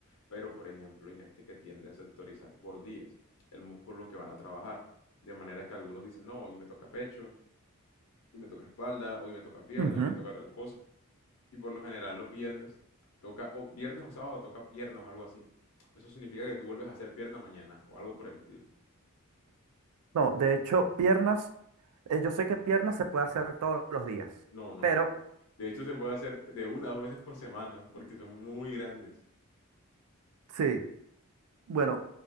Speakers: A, on the left; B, on the right.
A: Pero, por ejemplo, hay gente que tiende a sectorizar por días el músculo que van a trabajar. De manera que algunos dicen, no, hoy me toca pecho, hoy me toca espalda, hoy me toca pierna,
B: ujú.
A: hoy me toca tal cosa. Y por lo general los viernes toca, o viernes o sábado toca piernas o algo así. Eso significa que tú vuelves a hacer pierna mañana o algo por el estilo.
B: No, de hecho, piernas, eh, yo sé que piernas se puede hacer todos los días,
A: No, no,
B: pero
A: no, no. De hecho, se puede hacer de una a dos veces por semana porque son muy grandes.
B: sí. Bueno,